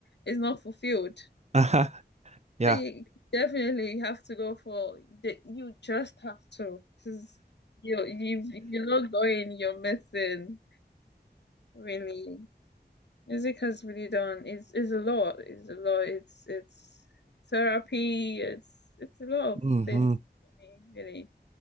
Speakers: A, on the left (about 75°); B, on the right (about 40°).
A: is not fulfilled.
B: <laughs> uh-huh, yeah.
A: So you definitely have to go for the, you just have to. 'Cause you you if you're not going, you're missing really. Music has really done not It's it's a lot. It's a lot. It's it's therapy. It's it's a lot of
B: hmm
A: things for me, really.